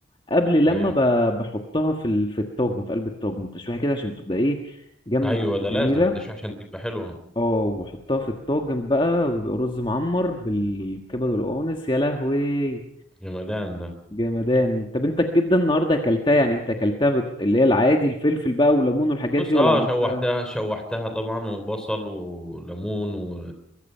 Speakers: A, on the left; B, in the centre.
A: قبل لما
B: ايوه
A: ب- بحطها في ال- في الطاجن في قلب الطاجن تشويحه كده عشان تبقى ايه جم...
B: ايوه ده
A: جميله
B: لازم التشويح عشان تبقى حلوه
A: اه وبحطها في الطاجن بقى وبيبقى رز معمر بالكبد والقوانص يا لهوي
B: جمدان ده
A: جمدان طب انت الكبده النهارده اكلتها يعني انت اكلتها بت... اللي هي العادي الفلفل بقى وليمون والحاجات
B: بص
A: دي ولا
B: اه
A: عملتها
B: شوحتها شوحتها طبعا وبصل وليمون و...